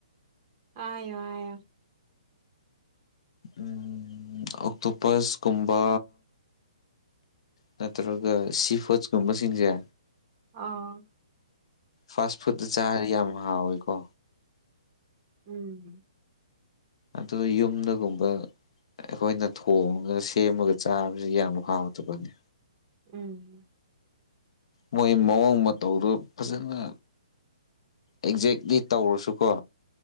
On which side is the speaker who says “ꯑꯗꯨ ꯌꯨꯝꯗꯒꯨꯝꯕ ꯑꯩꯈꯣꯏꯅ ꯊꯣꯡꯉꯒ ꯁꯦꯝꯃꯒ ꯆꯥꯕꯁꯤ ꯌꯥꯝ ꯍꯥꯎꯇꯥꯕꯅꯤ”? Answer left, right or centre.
Left